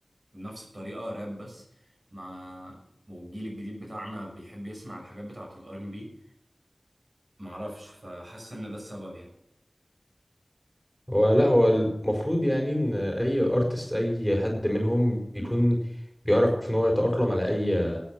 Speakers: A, on the right (about 65°); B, in the centre.
A: بنفس الطريقه راب بس مع والجيل الجديد بتاعنا بيحب يسمع الحاجات بتاعت الار ام بي معرفش فحاسس ان ده السبب يعني
B: هو لا هو المفروض يعني ان اي ارتست اي حد منهم يكون بيعرف ان هو يتاقلم على اي